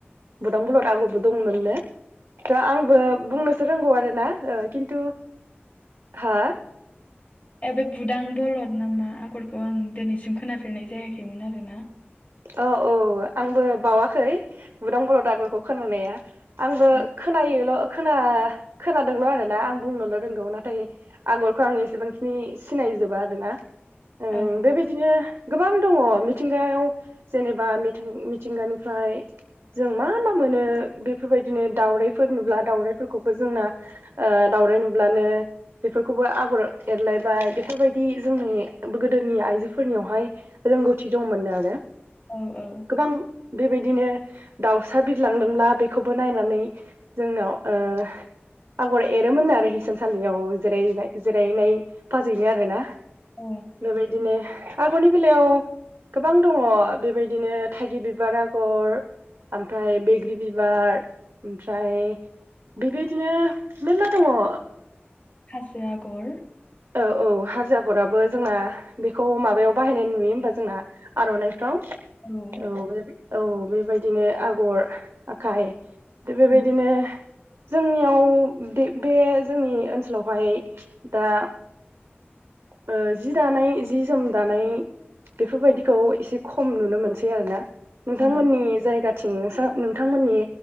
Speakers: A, on the right; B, on the left.
A: बुदां बलद आगरबो दंमोन नो थ' आंबो बुंनोसो रोंगौ आरो ना खिन्थु हा
B: ए बे बुदां बलद नामा आगरखौ आं दिनैसिम खोनाफेरनाय जायाखैमोन आरो ना
A: औ औ आंबो बावाखै बुदां बलद आगरखौ खोनानाया आंबो
B: औ
A: खोनायोल' खोना खोनादोंल' आरो ना आं बुंनोल' रोंगौ नाथाय आगरखौ आङो एसेबांखिनि सिनायजोबा आरोना ओं
B: औ
A: बेबायदिनो गोबां दङ मिथिंगायाव जेनेबा मिथिंगानिफ्राय जों मा मा मोनो बेफोरबायदिनो दाउराइफोर नुब्ला दाउरायफोरखौबो जोंना ओ दाउराय नुब्लानो बेफोरखौबो आगर एरलायबाय बेफोरबायदि जोंनि गोदोनि आइजोफोरनियावहाय रोंगौथि दंमोननो आरो
B: औ औ।
A: गोबां बेबायदिनो दाउसा बिरलांदोंला बेखौबो नायनानै जोंनाव ओ आगर एरोमोन आरो हिसानसालियाव जिरायनाय जिरायनाय फाजैनो आरो ना।
B: औ
A: बेबायदिनो आगरनि बेलायाव गोबां दङ बेबायदिनो थायगिर बिबार आगर ओमफ्राय बैग्रि बिबार ओमफ्राय बेबायदिनो मेर्ला दङ ओ
B: हाजो आगर
A: औ औ हाजो आगराबो जोंना बेखौ माबायाव बाहायनाय नुयो होमबा जोंना आर'नाय फोराव
B: औ।
A: औ औ बेबायदिनो आगर आखाय थ बेबायदिनो
B: उम
A: जोंनियाव दे बे जोंनि ओनसोलावहाय दा ओ जि दानाय जि जोम दानाय बेफोरबायदिखौ एसे खम नुनो मोनसै आरोना नोंथांमोननि
B: औ
A: जायगा थिं नोंथांमोननि